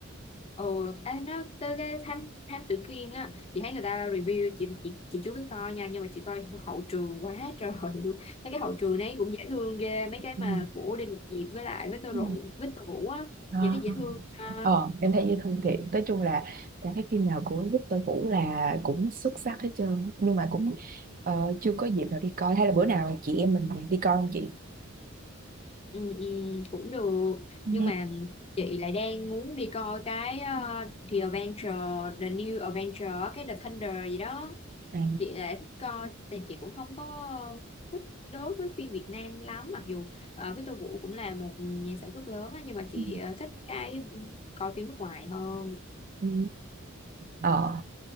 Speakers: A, on the left; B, on the right.
A: ừ ê, nó tới cái thám thám tử Kiên á chị thấy người ta review chị chị chị chưa có coi nha nhưng mà chị coi hậu trường quá <laughs> trời luôn mấy cái hậu trường đấy cũng dễ thương ghê mấy cái
B: Ừ.
A: mà của Đinh Ngọc Diệp với lại với Victor
B: Ừ.
A: Vũ với Victor Vũ á
B: Ờ,
A: nhìn thấy dễ thương à,
B: Ờ, em thấy dễ thương thiệt. Nói chung là em thấy phim nào của Victor Vũ là cũng xuất sắc hết trơn. Nhưng mà cũng ờ, chưa có dịp nào đi coi. Hay là bữa nào chị em mình đi coi không chị?
A: ừ, ừ, cũng được nhưng
B: Ừ.
A: mà chị lại đang muốn đi coi cái uh, The Adventure The New Adventure cái The Thunder gì đó
B: À.
A: chị lại thích coi thì chị cũng không có thích đối với phim Việt Nam lắm mặc dù ờ, Victor Vũ cũng là một nhà sản xuất lớn á, nhưng mà chị
B: Ừ.
A: ờ, thích cái ừ, coi phim nước ngoài hơn
B: Ừ. Ờ